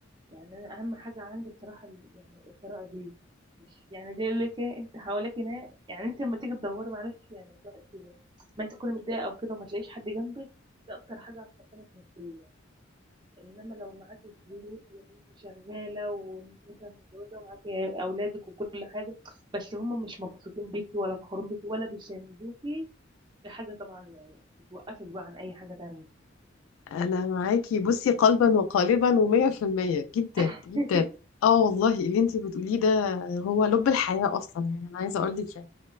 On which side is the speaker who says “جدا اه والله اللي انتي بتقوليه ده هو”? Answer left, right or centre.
Left